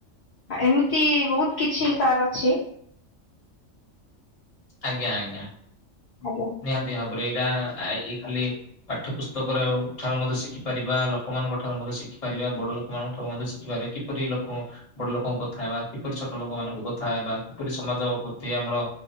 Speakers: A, on the left (about 55°); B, on the left (about 30°).
A: ଏମିତି ବହୁତ କିଛି ତାର ଅଛି
B: ଆଜ୍ଞା ଆଜ୍ଞା।
A: ଆଜ୍ଞା।
B: ନିହାତି ଭାବରେ ଏଇଟା ଏଇ ଖାଲି ପାଠ୍ୟ ପୁସ୍ତକରେ ହଉ ଠାରୁ ମଧ୍ୟ ଶିଖିପାରିବା, ଲୋକମାନଙ୍କଠାରୁ ମଧ୍ୟ ଶିଖିପାରିବା, ବଡ ଲୋକମାନଙ୍କ ଠାରୁ ମଧ୍ୟ ଶିଖିପାରିବା ଏପରି ଲୋକ ବଡ଼ ଲୋକଙ୍କ କଥା ହେବା, କିପରି ଛୋଟ ଲୋକମାନଙ୍କୁ କଥା ହେବା, କିପରି ସମାଜ ପ୍ରତି ଆମର